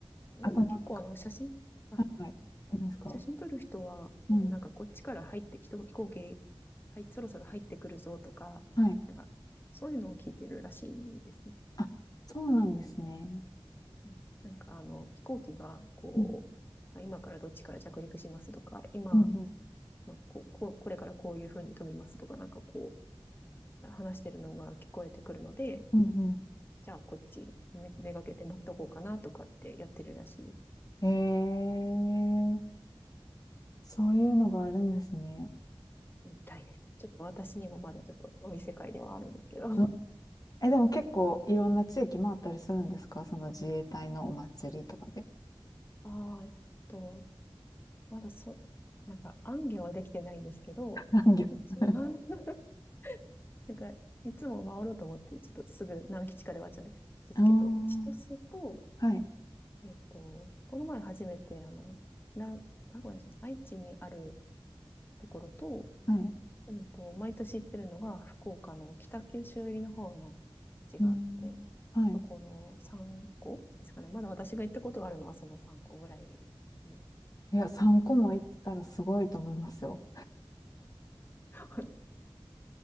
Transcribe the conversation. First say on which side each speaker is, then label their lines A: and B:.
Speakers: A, on the left (about 20°); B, on the left (about 40°).
A: でも結構あの、
B: あとなんか、
A: 写真、あ、
B: はいはい、何ですか
A: 写真撮る人は、
B: うん、
A: あの、なんかこっちから入って、人、飛行機、はい、そろそろ入ってくるぞとか、
B: はい。
A: なんか、そういうのを聞いてるらしいですね。
B: あ、そうなんですね。
A: うんなんかあの、飛行機が、こう、
B: うん、
A: あ今からどっちから着陸しますとか、今、
B: うん、うん、
A: まあ、こう、こうこれからこういうふうに飛びますとか、なんかこう、話してるのが聞こえてくるので、
B: うんう
A: じゃあこっちめ、めがけて待っとこうかなとかってやってるらしい。
B: ん。えー、そういうのがあるんですね。
A: うん大変。ちょっと私にもまだちょっとお店会ではあるんですけど。<laughs>
B: うんえ、でも結構いろんな地域回ったりするんですかその自衛隊のお祭りとかで。
A: ああ、えっと、まだそ、なんか、行脚はできてないんですけど、
B: <laughs>
A: 一応は
B: あ
A: <laughs> なんか、いつも回ろうと思って、ちょっとすぐ何基地かで終わっちゃうんですですけど、
B: あー、
A: 千歳と、
B: はい
A: えっと、この前初めて、あの、な、名古屋じゃない愛知にあるところと、
B: はい。
A: うんと、毎年行ってるのが、福岡の北九州入りの方の基地があって、
B: うん。はい。
A: そこの3校ですかね。まだ私が行ったことあるのはその3校ぐらいです。
B: いや、3個も行ってたらすごいと思いますよ。
A: <laughs>